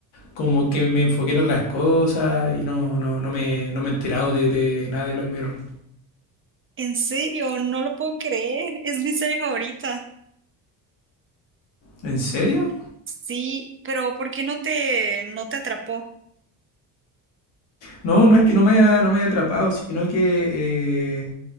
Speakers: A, on the left; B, on the right.
A: como que me enfoqué en otras cosas y no, no, no me, no me he enterado de, de nada de Black Mirror.
B: En serio, no lo puedo creer. Es mi serie favorita.
A: ¿En serio?
B: Sí, pero ¿por qué no te, no te atrapó?
A: No, no es que no me haya, no me haya atrapado, sino que eh,